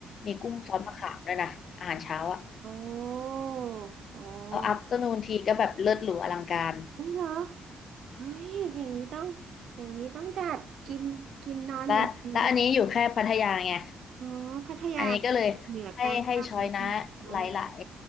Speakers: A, on the left; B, on the right.
A: มีกุ้งซอสมะขามด้วยนะอาหารเช้าอ่ะ
B: อ๋ออ๋อ
A: เอาอัฟเตอร์นูนทีก็แบบเลิศหรูอลังการ
B: อุ้ยเหรอเฮ้ยอย่างนี้ต้องอย่างนี้ต้องจัดกินกินนอนอยู่ในโรงแรม
A: และและอันนี้อยู่แค่พัทยาไง
B: อ๋อพัทยา
A: อันนี้ก็เลยให้ให้ช้อยนะหลาย
B: เหนือกลางใต้อะไรอย่างงี้อ๋อ